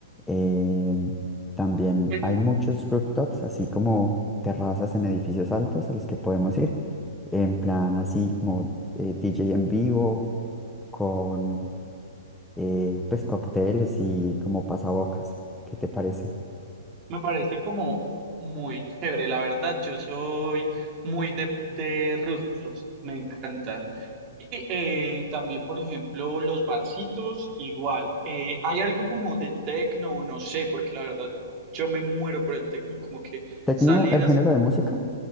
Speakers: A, in the centre; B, on the right.
A: Eh, también
B: eh,
A: hay muchos rooftops, así como terrazas en edificios altos a los que podemos ir, en plan así como eh, DJ en vivo, con eh, pues cócteles y como pasabocas. ¿Qué te parece?
B: me parece como muy chévere, la verdad. Yo soy muy de, de rooftops, me encantan. Y eh, también, por ejemplo, los barcitos, igual. Eh, hay algo como de tecno, no sé, porque la verdad yo me muero por el tecno, como que
A: ¿Tecno,
B: salir
A: el
B: a...
A: género de música?